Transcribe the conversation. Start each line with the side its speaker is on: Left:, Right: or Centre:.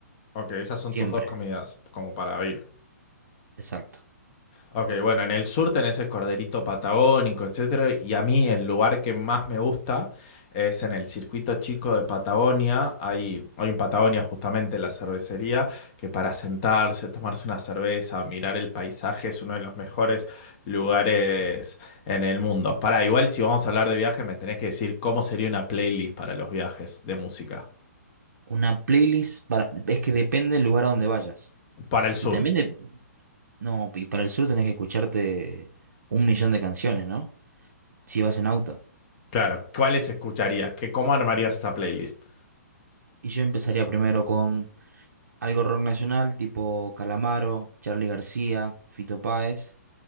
Left: Ok, esas son
Right: Siempre.
Left: tus dos comidas como para ir.
Right: Exacto.
Left: Ok, bueno, en el sur tenés el corderito patagónico, etcétera, y a mí el lugar que más me gusta es en el circuito chico de Patagonia. Hay, hay un Patagonia justamente la cervecería, que para sentarse, tomarse una cerveza, mirar el paisaje es uno de los mejores lugares en el mundo. Para igual si vamos a hablar de viaje, me tenés que decir cómo sería una playlist para los viajes de música.
Right: Una playlist para... Es que depende del lugar a donde vayas.
Left: Para el sur,
Right: Y también de... No, y para el sur tenés que escucharte un millón de canciones, ¿no? Si vas en auto.
Left: claro, ¿cuáles escucharías? ¿Qué, cómo armarías esa playlist?
Right: Y yo empezaría primero con algo rock nacional, tipo Calamaro, Charly García, Fito Páez.